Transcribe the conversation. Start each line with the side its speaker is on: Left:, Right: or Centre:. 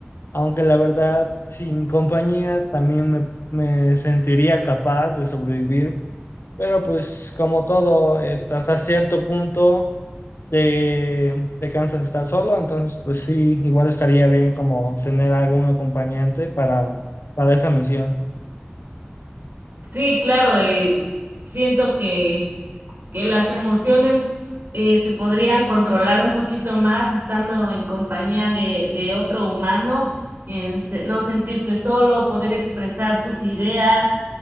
Left: aunque la verdad, sin compañía también me, me sentiría capaz de sobrevivir, pero pues como todo, estás a cierto punto de, de Kansas estar solo, entonces pues sí, igual estaría bien como tener algún acompañante para, para esa misión.
Right: Sí, claro, eh, siento que que las emociones eh, se podrían controlar un poquito más estando en compañía de, de otro humano, en se- no sentirte solo, poder expresar tus ideas,